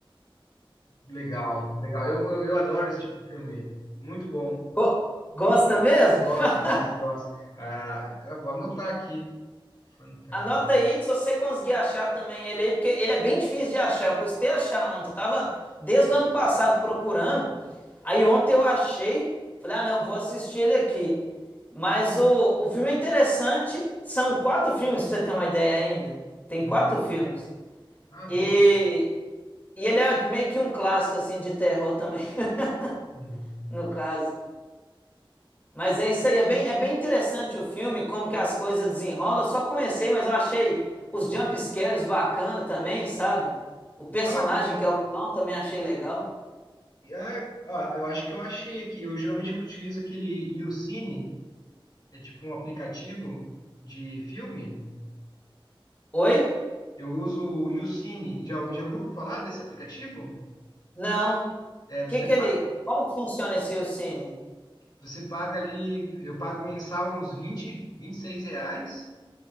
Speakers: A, on the left; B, on the left.
A: legal, legal. Eu, eu, eu adoro esse tipo de filme. aí. Muito bom.
B: Go- gosta mesmo?
A: Gosto,
B: <laughs>
A: gosto, gosto. Ah, vou anotar aqui. Fantasma.
B: Anota aí, se você conseguir achar também ele aí, porque ele é bem difícil de achar. Eu custei achar ontem. Eu tava desde o ano passado procurando. Aí ontem eu achei. Falei, ah, não, vou assistir ele aqui. Mas o, o filme é interessante. São quatro filmes, pra você ter uma ideia ainda. Tem
A: Hum.
B: quatro filmes.
A: Ah, boa.
B: E, e ele é meio que um clássico, assim, de terror também, <laughs>
A: Hum.
B: no caso. Mas é isso aí, é bem, é bem interessante o filme, como que as coisas desenrolam. Eu só comecei, mas eu achei os jump scares bacana também, sabe? O personagem
A: Ah,
B: que é o vilão também achei legal.
A: e- ah, ah, eu acho que eu achei aqui. Eu geralmente utilizo aquele YouCine, é tipo um aplicativo de filme.
B: Oi?
A: Eu uso o YouCine. Já, já ouviu falar desse aplicativo?
B: Não.
A: É, você,
B: Que que
A: pa-
B: ele, como que funciona esse Yucine?
A: você paga ali, eu pago mensal uns vinte vinte e seis reais